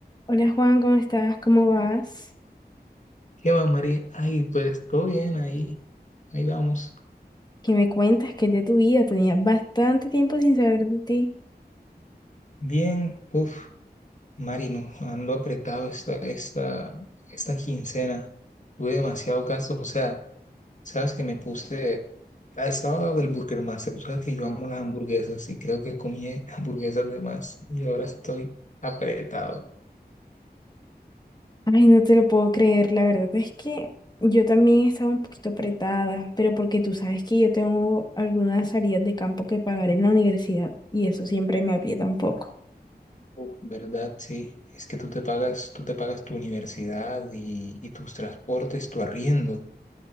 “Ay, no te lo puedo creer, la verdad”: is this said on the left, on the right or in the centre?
Left